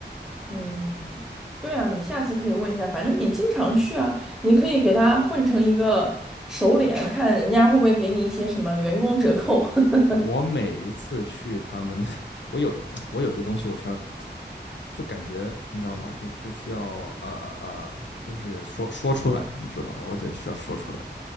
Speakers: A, in the centre; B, on the left (about 80°).
A: 嗯，对啊，你下次可以问一下，反正你经常去啊，你可以给他混成一个熟脸，看人家会不会给你一些什么员工折扣。<laughs>
B: 我每一次去他们，我有我有一个东西我需要，就感觉你知道吗？就就需要呃呃，呃就是说说出来，你知道吧？我得需要说出来，